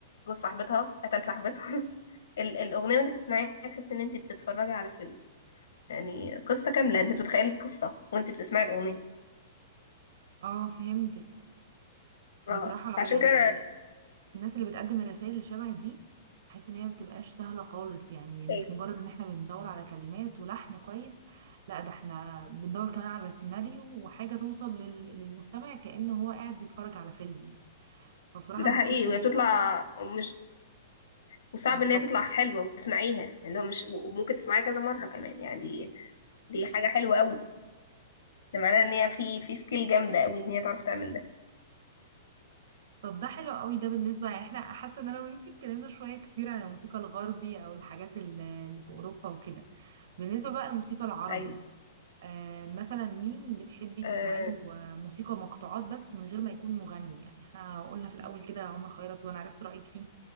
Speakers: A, on the left; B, on the right.
A: جوز صاحبتها قتل صاحبتها <laughs> ال- الأغنية وانت بتسمعيها تحس ان انت بتتفرجي على فيلم يعني قصة كاملة انت بتتخيلي القصة وانت بتسمعي الأغنية
B: اه فهمتك بصراحة
A: اه فعشان
B: يعني
A: كده
B: ال-
A: أنا-
B: الناس اللي بتقدم الرسائل اللي شبه دي بحس ان هي ما بتبقاش سهلة خالص يعني مش
A: ايه
B: مجرد ان احنا بندور على كلمات ولحن كويس لا ده احنا بندور كمان على سيناريو وحاجة توصل لل- للمستمع كأنه هو قاعد بيتفرج على فيلم يعني فبصراحة
A: ده
B: الموسيقى
A: حقيقي
B: اللي
A: وهي بتطلع
B: بالنوع ده
A: مش وصعب
B: بالظبط
A: ان هي تطلع حلوة وتسمعيها يعني اللي هو مش وممكن تسمعيها كذا مرة كمان يعني دي دي حاجة حلوة قوي ده معناه ان هي في في سكيل جامده قوي ان هي تعرف تعمل ده
B: طب ده حلو قوي ده بالنسبة يعني احنا حاسة ان انا وانتي اتكلمنا شوية كتير عن الموسيقى الغربي او الحاجات ال- اللي في اوروبا وكده بالنسبة بقى للموسيقى العربي
A: ايوه
B: آه مثلا مين بتحبي تسمعي
A: آه
B: له آه، موسيقى مقطوعات بس من غير ما يكون مغني يعني احنا قلنا في الاول كده عمر خيرت وانا عرفت رأيك فيه